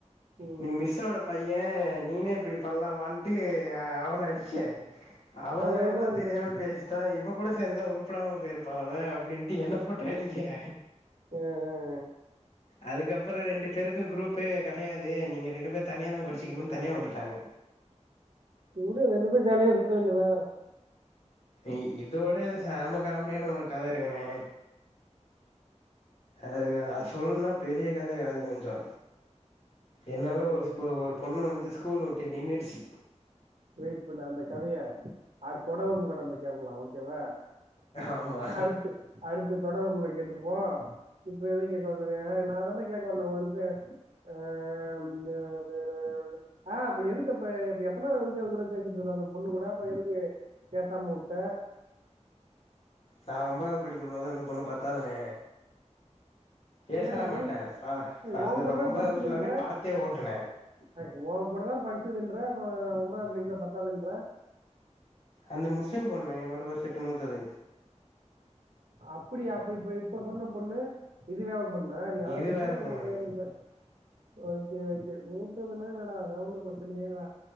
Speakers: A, on the right; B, on the left.
A: ம்
B: நீ மிஸ்ஸோட பைய நீனே இப்டி பண்ணலாமான்ட்டு ஆ அவன அடிக்க அவ
A: அதனாலதா
B: தா
A: அப்டி
B: தெரியாம
A: போது
B: பேசிட்டா இவ கூட சேந்துதா உருப்புடாம போயிருப்பா அவே அப்டின்ட்டு என்ன போட்டு அடி ஏ
A: ஆ ஆ ஆ
B: அதுக்கப்பறோ ரெண்டு பேருக்கு குரூப்பே க கெடையாது நீங்க ரெண்டு பேரு தனியாதா படிச்சுக்கணு தனியா உட்டுட்டாங்க
A: உடு ரெண்டு பேரு ஜாலியா சுத்த வேண்டியதா
B: இ இதோட செம காமெடியான ஒரு கத இருக்குண்ணே அது வேற அது சொல்ணுனா பெரிய கத அது கொஞ்சோ என்னால
A: ஓகே
B: ஒரு
A: வெயிட்
B: ஸ்பு ஒரு பொண்ணு வந்து ஸ்கூல விட்டே நின்னுடுச்சி
A: வெயிட் பண்ணு அந்த கதைய அது தொடரும்ல நம்ம கேக்கலா ஓகேவா
B: ஆமா
A: அடுத்து அடுத்து தொடரும்ல கேட்டுப்போ இப்ப எதோ கேக்க வந்தனே நா தான கேக்க வந்த ஒரு இத ஆ அம் இந்த வேற இது ஆ அப்ப எதுக்குப்ப இப்ப எத்தனாவது நீ அது கூட பேசிட்ருந்த அந்த பொண்ணு கூட அப்ப எதுக்கு பேசாம உட்ட
B: நா ஒம்பதாவது படிக்கும் போதே அந்த பொண்ணு பத்தாவதுண்ணே பேசல
A: ஏன் அப்படி
B: மாட்ட
A: ஏய்,
B: ப
A: உன்
B: அந்த
A: கூட தான்
B: ஒன்பதாவது
A: படிச்சதுன்ற
B: ஃபுல்லாவே பாத்தே ஓட்டுன
A: ஏய் ஓ கூட தா படிச்சுதுன்ற அப்ப ஒம்பதாவது படிக்கல பத்தாவுதுன்ற
B: அந்த முஸ்லிம் பொண்ணுண்ணே என்னோட ஒரு செட்டு மூத்தது
A: அப்டியா அப்ப இப்ப இப்ப சொன்ன பொண்ணு இது வேற பொண்ணா நீ அத
B: இது
A: பத்திதா
B: வேற
A: சொல்ல
B: பொண்ணு
A: போயிருந்த ஓகே ஓகே மூத்ததுனா என்னடா அதனால ஒன்னு பிரச்சனையே இல்லடா